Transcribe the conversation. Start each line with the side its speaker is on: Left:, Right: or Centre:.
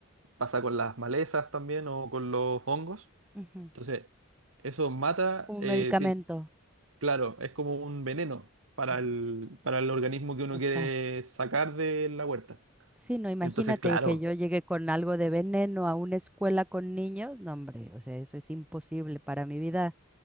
Right: pasa con las malezas también o con los hongos.
Centre: Ujú,
Right: Entonces, eso mata,
Centre: Como
Right: eh,
Centre: medicamento.
Right: tien- claro, es como un veneno para
Centre: Mm,
Right: el, para el organismo que uno
Centre: Exacto.
Right: quiere sacar de la huerta.
Centre: Sí, no, imagínate
Right: Entonces, claro,
Centre: que yo llegue con algo de veneno a una escuela con niños. No, hombre, o sea, eso es imposible para mi vida.